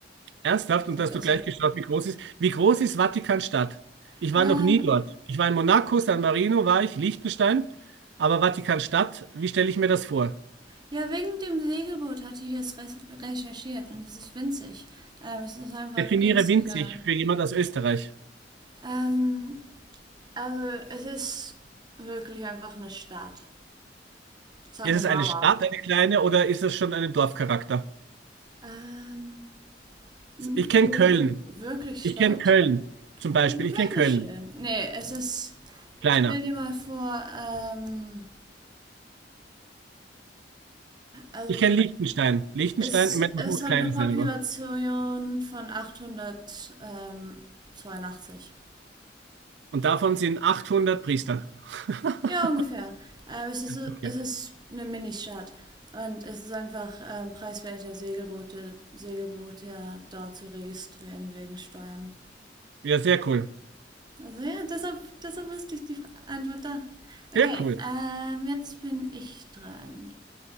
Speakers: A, on the right; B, on the right.
A: Ernsthaft,
B: Also
A: und hast
B: deshalb.
A: du gleich geschaut, wie groß ist. Wie groß ist Vatikanstadt? Ich
B: Ähm,
A: war noch nie dort. Ich war in Monaco, San Marino war ich, Liechtenstein, aber Vatikanstadt, wie stelle ich mir das vor?
B: ja, wegen dem Segelboot hatte ich es re recherchiert und es ist winzig. Ähm, es ist einfach
A: Definiere
B: günstiger.
A: winzig für jemand aus Österreich.
B: Ähm, also es ist wirklich einfach eine Stadt. Es hat
A: Ist
B: eine
A: es
B: Mauer.
A: eine Stadt, eine kleine, oder ist es schon einen Dorfcharakter?
B: Ähm, n-
A: Ich kenne
B: nee,
A: Köln.
B: wir wirklich
A: Ich
B: Stadt.
A: kenne Köln zum Beispiel.
B: Ähm,
A: Ich
B: Köln
A: kenne Köln.
B: ist schön. Nee, es ist,
A: Kleiner.
B: stell dir mal vor, ähm, also
A: Ich kenne Liechtenstein. Liechtenstein,
B: Es,
A: ich meine, das
B: es
A: muss
B: hat
A: kleiner
B: eine Population
A: sein, aber.
B: von 882.
A: Und davon sind 800 Priester. <laughs>
B: Ja, ungefähr. Ähm, es ist,
A: Okay.
B: es ist eine Ministadt. Und es ist einfach ähm, preiswerter, Segelboote, Segelboote ja da zu registrieren wegen Steuern.
A: Ja, sehr cool.
B: Also ja, deshalb, deshalb wusste ich die Fra- Antwort da. Okay,
A: Sehr cool.
B: ähm, jetzt bin ich dran.